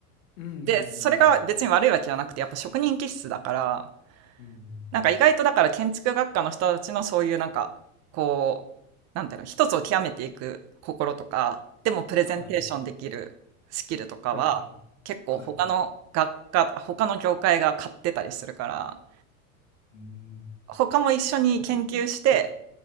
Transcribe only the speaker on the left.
うん。
うん。
うん。
はい。はいはい。
はい。
うん。
うん。